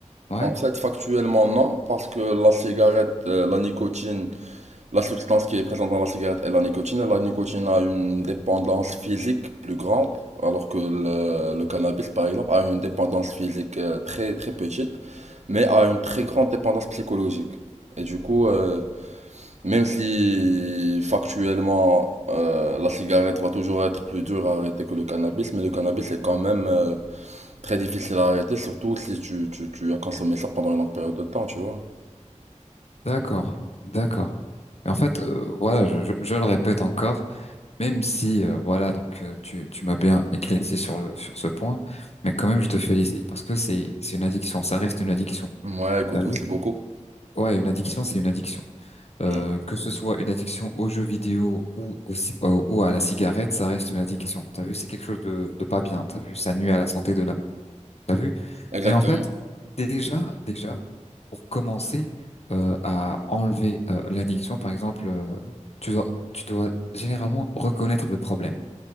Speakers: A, on the left (about 55°); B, on the right (about 65°).
A: ouais,
B: en fait, factuellement, non, parce que la cigarette, euh, la nicotine, la substance qui est présente dans la cigarette est la nicotine, et la nicotine a une dépendance physique plus grande, alors que le, le cannabis, par exemple, a une dépendance physique euh, très, très petite, mais a une très grande dépendance psychologique. Et du coup, euh, même si factuellement, euh, la cigarette va toujours être plus dure à arrêter que le cannabis, mais le cannabis est quand même... euh, Très difficile à arrêter, surtout si tu, tu, tu as consommé ça pendant une longue période de temps, tu vois.
A: d'accord, d'accord. Et en fait, euh, voilà, je, je, je le répète encore, même si euh, voilà, donc euh, tu tu m'as bien éclairci sur le sur ce point, mais quand même, je te félicite parce que c'est c'est une addiction, ça reste une addiction.
B: Ouais, écoute,
A: T'as vu?
B: merci beaucoup.
A: Ouais, une addiction, c'est une addiction. Euh,
B: Mm.
A: que ce soit une addiction aux jeux vidéo ou au ci- euh, ou à la cigarette, ça reste une addiction. T'as vu? C'est quelque chose de de pas bien. T'as vu? Ça nuit à la santé de l'homme. T'as vu?
B: Exactement.
A: Mais en fait Déjà, déjà, pour commencer euh, à enlever euh, l'addiction, par exemple, euh, tu dois, tu dois généralement reconnaître le problème.